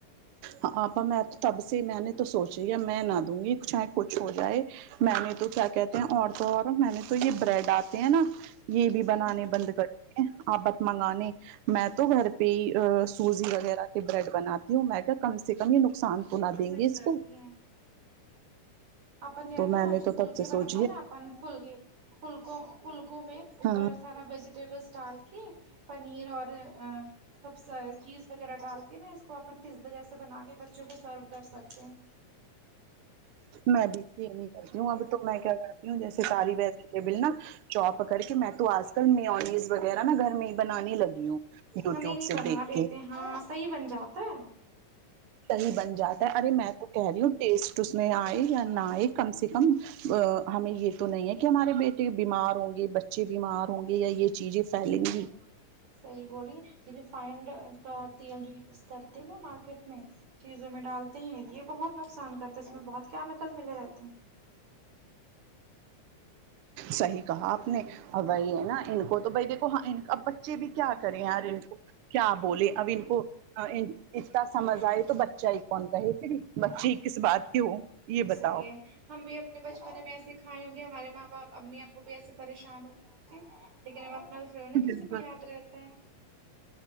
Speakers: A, on the right; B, on the right.
A: ہ آپا میں تو تب سے میں نے تو سوچا ہے میں نہ دوں گی چاہے کچھ ہو جائے <unintelligible> میں نے تو کیا کہ اور تو اور میں نے تو یہ بریڈ آتے ہیں نا یہ بھی
B: جی
A: بنانے بند کر آپت منگانے میں تو گھر پہ ہی سوزی وغیرہ کے بریڈ بناتی ہوں میں کہ کم سے کم یہ نقصان تو نہ
B: بس
A: دیں
B: صحیح
A: گے اس
B: کرتی
A: کو
B: ہیں اپن یہ
A: تو
B: نا
A: میں نے
B: جو
A: تو
B: فھلکے
A: تب سے
B: بناتے
A: سوچی
B: ہیں
A: ہے
B: نا اپن فلکے فلکوں فلکوں میں اوپر
A: ہاں
B: سارا ویجیٹیبلس ڈال کے پنیر اور سب چیز وغیرہ ڈال کے نا اس کو اپن پزا جیسے بنا کے بچوں کو سرو کر سکتے ہیں
A: میںبمی کرتی ہوں اب تو میں کیا کرتی ہوں جیسے ساریل نا چاپ کر کے میں تو آج کل مینیز وغیرہ نا گھر میں بنانے لگی ہوں یوٹیوب
B: ہاں نہیں نہیں
A: سے
B: بنا
A: دیکھ
B: لیتے
A: کے
B: ہاں صحیح بن جاتا ہے
A: صحیح بن جاتا ہے ارے میں تو کہہ رہی ہوں ٹیسٹ میں آئے یا نہ آئے کم سے کم ا ہمیں یہ تو نہیں ہے کہ ہمارے بیٹے بیمار ہوں گے ب <unintelligible> بچے بیمار ہوں گے یا یہ چیزیں پھیلیں گی
B: صحیح بولی ریفائنڈ کا تیل جو یوز کرتے ہیں نا مارکیٹ میں چیزوں میں ڈالتے ہیں یہ بہت نقصان کرتے ہیں اس میں بہت کیمیکل ملے رہتے ہیں
A: صحی کہا آپ نے اور وہی ہے نا ان کو تو بھائی دیکھو ہاں اب بچے بھی کیا کرے ہیں ار کو کیا بولے ا ان کو اتنا سمجھ آئے تو بچہ ہی کون کہے پھر بچی کس بات کی ہو یہ
B: صحیح
A: بتاؤ
B: ہے ہم بھی اپنے بچپن میں ایسے کھائےیں ہوں گے ہمارےاں باپ امی ابو بھی ایسے پریشان ہوئے ہوں گے لیکن اب اپنا تو تھڑ نا
A: بالکل
B: کسی کو یاد رہتا ہے